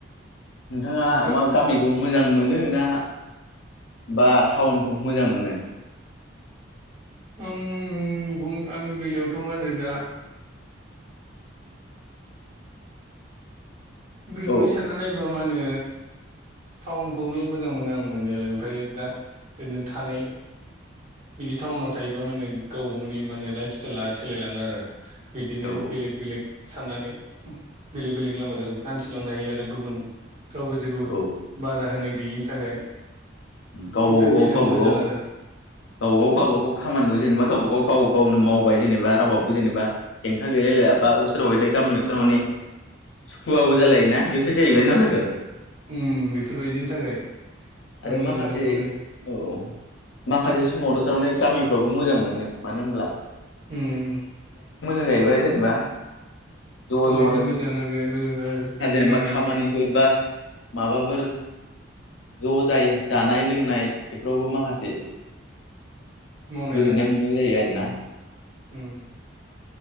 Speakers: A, on the left; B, on the right.
A: नोंथांङा
B: ओमफ्राय
A: मा गामिखौ मोजां मोनो ना बा टाउन खौ मोजां मोनो?
B: आं बुं आंनि बेलायावथ' मा होनो दा <unintelligible>
A: औ
B: सानना नायोबा मा होनो टाउनखौनो मोजां मोनो आं मोननायालाय ओमफाय दा ओरैनो थानाय बिदि बे टाउनाव थायोबा माने गावब गावनि माने लाइफ स्टाइला सोलायलांङो आरो बिदिनो
A: औ
B: बेलेक बेलेक साननानै बेलेक बेलेग लामाजों थिलांनो हायो आरो गुबुनफ्रावबो जेबो
A: औ
B: बादा होनाय गैयैनि थाखाय
A: गावबागाव
B: बेफोरनि बेलायाव
A: गावबागाव
B: मोजां आरो
A: गावबागाव गावबागाव खामानिखौ जेनेबा गावबागाव गाव गावनो मावबाय जेनेबा रावाबो जेनेबा हेंथा गैलायलायला बा सोरबा बायदिया गामियाव थारमाने सुखुवाबो जालायोना बेफोर जाहैबाय ना जाखो?
B: उम बेफोरबायदिनि थाखाय।
A: आरो
B: आं
A: माखासे
B: मोजां मोनो
A: औ। माखासे समावथ' थारमाने गामिफ्रावबो मोजां मोनो मानो होनब्ला
B: उम।
A: मिलायबाय जेनेबा। ज'
B: अनलायनाय
A: ज'नो
B: मोजां आरो ओ आरो बिदि
A: हाजिर जेनेबा
B: मा होनो
A: खामानिफोर बा माबाफोर ज' जाय जानाय लोंनाय बेफोरावबो माखासे
B: मावनाय
A: गोजोननाय
B: दांनाय
A: मोननाय जायो आरो ना?
B: उम।